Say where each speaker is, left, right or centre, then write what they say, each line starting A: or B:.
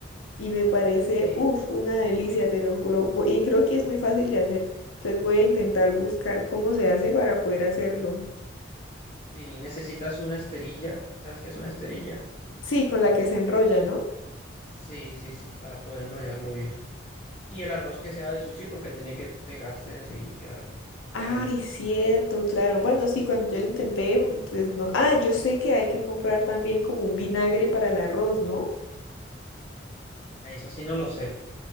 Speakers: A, on the left (about 85°); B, on the left (about 30°).
A: Y me parece,
B: Sí,
A: uff, una delicia, te lo juro. Vo- Y creo que es muy fácil de hacer. Entonces voy a intentar buscar cómo se hace para poder hacerlo.
B: sí, necesitas una esterilla. ¿Sabes qué es una esterilla?
A: Sí, con la que se enrolla, ¿no?
B: Sí, sí, sí, para poder enrollarlo bien. Y el arroz que sea de sushi porque tiene que pegarse así y quedar
A: Ay,
B: pegadito.
A: cierto, claro. Bueno, sí, cuando yo lo intenté, mm, pues no. Ah, yo sé que hay que comprar también como un vinagre para el arroz, ¿no?
B: Ah, Eso sí no lo sé,